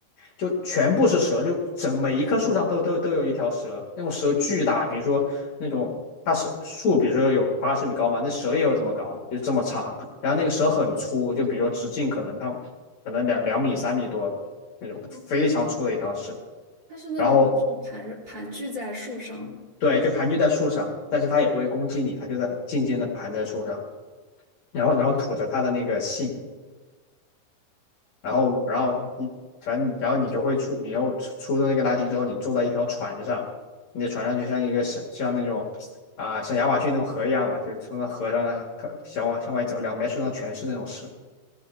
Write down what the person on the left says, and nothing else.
就全部是蛇，就整每一棵树上都都都有一条蛇，那种蛇巨大，比如说那种它是树，比如说有八十米高嘛，那蛇也有这么高，就这么长，然后那个蛇很粗，就比如说直径可能它可能两两米三米多那种，
非常粗的一条蛇，
然后对，就盘踞在树上，但是它也不会攻击你，它就在静静的盘在树上，然后然后吐着它的那个信，然后然后你反正然后你就会出，你又出出了那个大厅之后，你坐在一条船上，你的船上就像一个像像那种啊、像亚马逊那种河一样吧，就从那河上看向往向外走，两边树上全是那种蛇，